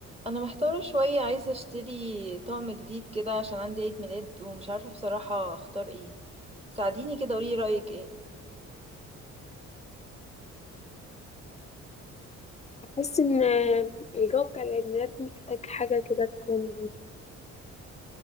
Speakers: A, on the right; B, on the left.
A: انا محتارة شوية عايزة اشتري طقم جديد كده عشان عندي عيد ميلاد ومش عارفة بصراحة اختار ايه ساعديني كده قولي رأيك ايه
B: بحس ان الجو بتاع العيد ميلاد محتاج حاجة كده تكون